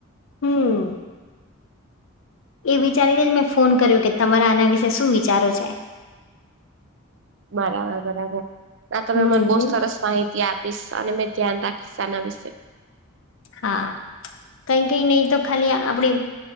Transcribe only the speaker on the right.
બરાબર બરાબર આ તમે
મન બહુ સરસ માહિતી આપીશ અને મેં ધ્યાન રાખીશ આના વિશે